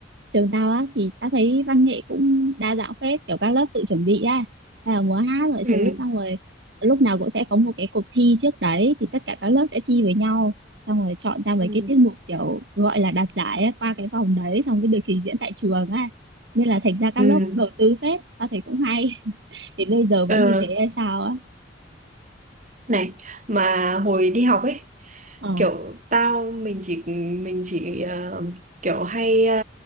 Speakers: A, on the right; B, on the right.
A: trường tao á thì tao thấy văn nghệ cũng đa dạng phết kiểu các lớp tự chuẩn bị á hay là múa hát mọi
B: ừ
A: thứ xong rồi lúc nào cũng sẽ có một cái cuộc thi trước đấy thì tất cả các lớp sẽ thi với nhau xong rồi chọn ra mấy
B: Ừ.
A: cái tiết mục kiểu gọi là đạt giải á, qua cái vòng đấy xong mới được trình diễn tại trường á nên là thành ra các
B: ừ
A: lớp cũng đầu tư phết tao thấy cũng hay <laughs> thì bây giờ vẫn
B: Ờ.
A: như thế hay sao á
B: này mà hồi đi học ấy
A: ờ
B: kiểu tao mình chỉ mình chỉ ờ, kiểu hay ờ,